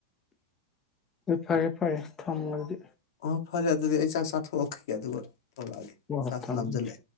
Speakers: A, on the left (about 15°); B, on the left (about 65°).
A: ꯐꯔꯌꯦ ꯐꯌꯦ ꯊꯝꯗꯤ
B: ꯑꯣ ꯐꯔꯦ ꯑꯗꯨꯗꯤ ꯑꯩ ꯆꯥꯛ ꯆꯊꯣꯛꯈ ꯑꯗꯨ ꯇꯧꯔꯛꯑꯒꯦ
A: ꯍꯣꯏ ꯍꯣꯏ
B: ꯆꯥꯛ
A: ꯊꯝꯃꯦ
B: ꯂꯖꯜꯂꯦ